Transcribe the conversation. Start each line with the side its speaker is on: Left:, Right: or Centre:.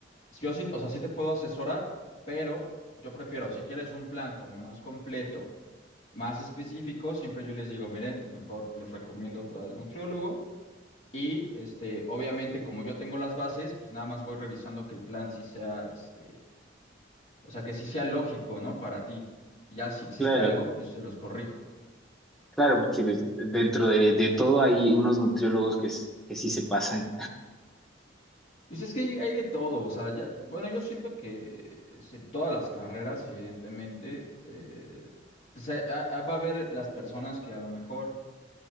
Left: yo sí, o sea, sí te puedo asesorar, pero yo prefiero, si quieres un plan como más completo más específicos, siempre yo les digo, miren, mejor les recomiendo otra al nutriólogo. Y este, obviamente, como yo tengo las bases, pues nada más voy revisando que el plan sí sea, este, o sea, que sí sea lógico, ¿no? Para ti. Ya si existe
Centre: Claro,
Left: algo, pues se los corrijo.
Centre: claro, porque pues, dentro de, de todo hay unos nutriólogos que, s- que sí se pasan.
Left: Pues es que hay hay de todo, o sea, ya, bueno, yo siento que es en todas las carreras, evidentemente, eh, pues, eh, a- a- va a haber las personas que a lo mejor